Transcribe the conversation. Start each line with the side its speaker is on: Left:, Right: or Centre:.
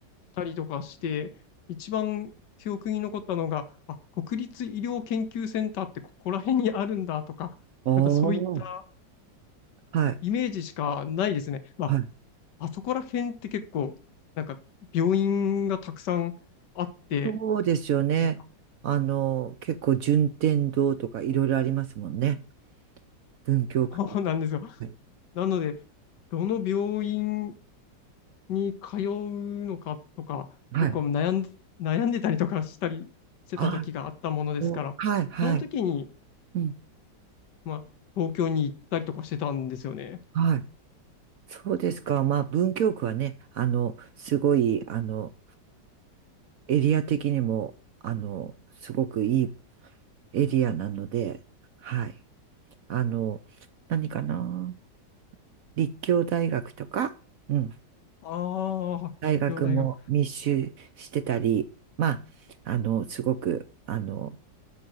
Left: したりとかして、一番記憶に残ったのが、あ、国立医療研究センターってここら辺にあるんだとか、
Right: おー。
Left: なんかそういった
Right: はい。
Left: イメージしかないですね。ま
Right: はい。
Left: あ、あそこら辺って結構、なんか病院がたくさんあって、
Right: そうですよね。
Left: なんか
Right: あの、結構、順天堂とかいろいろありますもんね。文京区。
Left: そうなんですよ。
Right: はい。
Left: なので、どの病院に通うのかとか、
Right: はい。
Left: 結構悩ん、悩んでたりとかしたりしてた時があったものですから、
Right: あ、そうはい。はい。
Left: その時に、
Right: うん。
Left: まあ、東京に行ったりとかしてたんですよね。
Right: はい。そうですか。まあ、文京区はね、あの、すごい、あの、エリア的にも、あの、すごくいいエリアなので、はい。あの、何かな立教大学とか、うん。
Left: ああ、
Right: 大学も密集してたり、
Left: 立教大学。
Right: まあ、あの、すごく、あの、